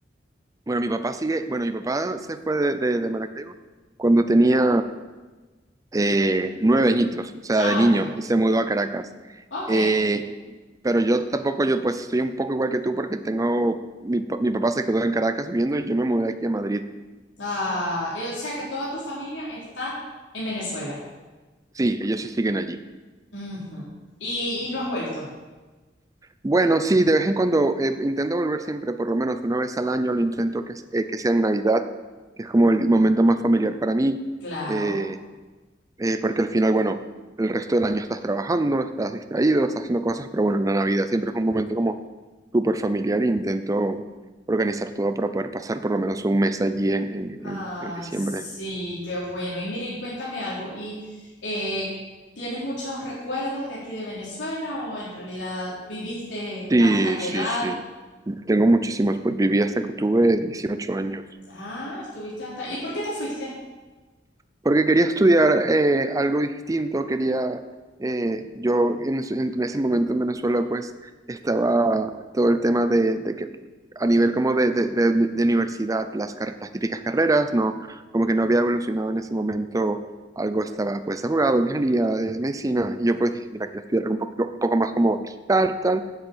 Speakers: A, on the right; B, on the left.
A: Bueno, mi papá sigue, bueno, mi papá se fue de, de- de Maracaibo cuando tenía eh, nueve añitos, o sea,
B: Ah,
A: de niño,
B: ok,
A: y se mudó a Caracas.
B: ok.
A: Eh, pero yo tampoco, yo pues estoy un poco igual que tú porque tengo, mi, pa- mi papá se quedó en Caracas viviendo y yo me mudé aquí a Madrid.
B: Ah, y o sea que toda tu familia está en Venezuela.
A: Sí, ellos sí siguen allí.
B: Ujú. Y, y no has vuelto.
A: Bueno, sí, de vez en cuando eh, intento volver siempre, por lo menos una vez al año, lo intento que, eh, que sea en Navidad, que es como el momento más familiar para mí,
B: Claro.
A: eh, eh, porque al final, bueno, el resto del año estás trabajando, estás distraído, estás haciendo cosas, pero bueno, en la Navidad siempre es un momento como súper familiar e intento organizar todo para poder pasar por lo menos un mes allí en, en,
B: Ay,
A: en- en diciembre.
B: sí, qué bueno. Y mire, y cuéntame algo. ¿Y eh, tienes muchos recuerdos de aquí de Venezuela o en realidad viviste
A: Sí,
B: hasta qué
A: sí,
B: edad?
A: sí. Tengo muchísimos, pues viví hasta que tuve 18 años.
B: Ah, estuviste hasta... ¿Y por qué te fuiste?
A: Porque quería estudiar eh, algo distinto, quería, eh, yo en, es- en ese momento en Venezuela pues estaba todo el tema de, de que a nivel como de, de- de- de universidad, las, car- las típicas carreras, no, como que no había evolucionado en ese momento, algo estaba pues abogado, ingeniería, eh, medicina, y yo pues dije, mira, quiero estudiar algo un poco, un poco más como digital, tal,